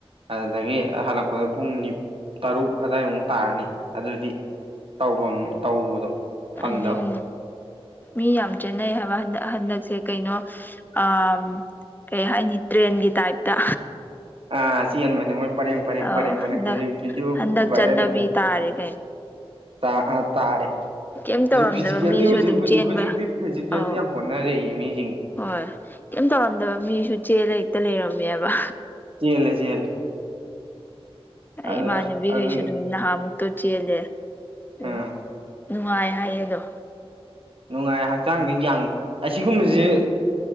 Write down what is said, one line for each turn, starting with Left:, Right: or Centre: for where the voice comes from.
Right: ꯑꯗꯨꯗꯒꯤ ꯍꯜꯂꯛꯄꯗ ꯄꯨꯡ ꯅꯤꯞ ꯇꯔꯨꯛ ꯑꯗꯥꯏꯃꯨꯛ ꯇꯥꯔꯅꯤ ꯑꯗꯨꯗꯤ ꯇꯥꯎꯕꯝ ꯇꯧꯕꯗꯣ ꯐꯪꯗꯕ
Left: ꯑꯗꯨꯅꯤ ꯃꯤ ꯌꯥꯝ ꯆꯦꯟꯅꯩ ꯍꯥꯏꯕ ꯍꯟꯗꯛ ꯍꯟꯗꯛꯁꯦ ꯀꯩꯅꯣ ꯑ ꯀꯩ ꯍꯥꯏꯅꯤ ꯇ꯭ꯔꯦꯟꯒꯤ ꯇꯥꯏꯞꯇ
Right: ꯑ ꯆꯦꯟꯕꯅꯦ ꯃꯣꯏ ꯄꯔꯦꯡ ꯄꯔꯦꯡ
Left: ꯑ
Right: ꯄꯔꯦꯡ
Left: ꯍꯟꯗꯛ
Right: ꯄꯔꯦꯡ ꯍꯧꯖꯤꯛ ꯕꯤꯗꯤꯑꯣ
Left: ꯍꯟꯗꯛ
Right: ꯕꯥꯥꯏꯔꯦꯜ
Left: ꯆꯠꯅꯕꯤ
Right: ꯌꯥꯝ
Left: ꯇꯥꯔꯦ ꯀꯩ
Right: ꯇꯥ ꯑꯥ ꯇꯥꯔꯦ
Left: ꯀꯩꯝ
Right: ꯍꯨꯖꯤꯛ
Left: ꯇꯧꯔꯝꯗꯕ
Right: ꯐꯤꯖꯤꯀꯦꯜꯂꯤ
Left: ꯃꯤꯁꯨ
Right: ꯍꯨꯖꯤꯛ
Left: ꯑꯗꯨꯝ
Right: ꯍꯨꯖꯤꯛ
Left: ꯆꯦꯟꯕ
Right: ꯍꯨꯖꯤꯛꯇꯤ ꯐꯤꯖꯤꯀꯦꯜꯜꯂꯤ
Left: ꯑꯧ
Right: ꯌꯥꯝ ꯍꯣꯠꯅꯔꯛꯏꯑ ꯃꯤꯁꯤꯡꯁꯦ
Left: ꯍꯣꯏ ꯀꯩꯝ ꯇꯧꯔꯝꯗꯕ ꯃꯤꯁꯨ ꯆꯦꯜꯂꯥ ꯍꯦꯛꯇꯥ ꯂꯩꯔꯝꯃꯦꯕ
Right: ꯆꯦꯜꯂꯦ ꯆꯦꯜꯂꯦ
Left: ꯑꯩ
Right: ꯑꯗꯨ
Left: ꯏꯃꯥꯟꯅꯕꯤꯈꯩꯁꯨ
Right: ꯑꯗꯨꯒꯤ
Left: ꯑꯗꯨꯝ ꯅꯍꯥꯃꯨꯛ ꯇꯣ ꯆꯦꯜꯂꯦ ꯎꯝ
Right: ꯑꯥ
Left: ꯅꯨꯡꯉꯥꯏ ꯍꯥꯏꯌꯦ ꯑꯗꯣ
Right: ꯅꯨꯡꯉꯥꯏ ꯍꯛꯆꯥꯡꯗꯤ ꯌꯥꯡ ꯑꯁꯤꯒꯨꯝꯕꯁꯤ
Left: ꯎꯝ